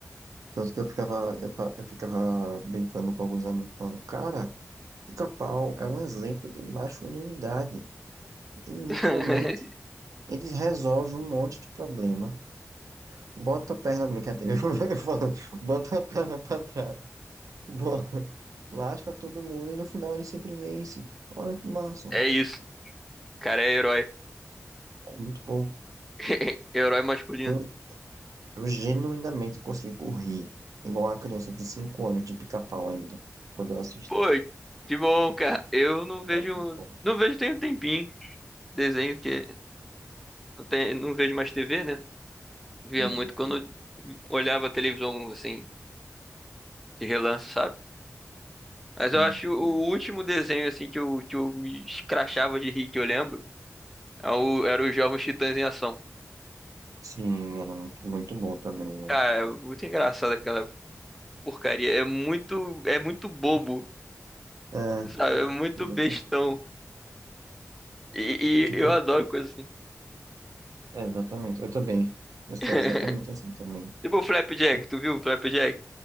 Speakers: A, on the right; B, in the centre.
A: Tanto que eu ficava, eu, fa- eu ficava brincando com alguns amigos falando, cara. Pica-pau é um exemplo de masculinidade. Ele literalmente
B: <laughs>
A: eles resolvem um monte de problema. Bota a perna, brincadeira, <laughs> eu falo, bota a perna pra trás. bo- Lasca todo mundo e no final ele sempre vence. Olha que massa.
B: É isso, cara é herói.
A: É muito bom.
B: <laughs> Herói masculino.
A: Eu, eu genuinamente consigo rir, igual a criança de 5 anos de pica-pau ainda, quando eu assisto.
B: Pô, de boa, cara. Eu não vejo.
A: É muito bom.
B: Não vejo tem um tempinho. Desenho que. Não, tem- não vejo mais TV, né? Via
A: Hum,
B: muito quando olhava a televisão, assim, de relance, sabe?
A: Sim,
B: Mas eu acho o último desenho, assim, que eu, que eu me escrachava de rir, que eu lembro, é o- era os Jovens Titãs em Ação.
A: sim, era muito, muito bom também, né?
B: Cara, é muito engraçado aquela porcaria. É muito. É muito bobo,
A: É,
B: sabe? É muito
A: eu
B: bestão.
A: tô-
B: E,
A: tipo,
B: e eu adoro coisa assim.
A: É, exatamente, eu também. Eu sou
B: <laughs>
A: exatamente assim também.
B: Tipo o Flapjack,
A: Pô,
B: tu viu o Flapjack?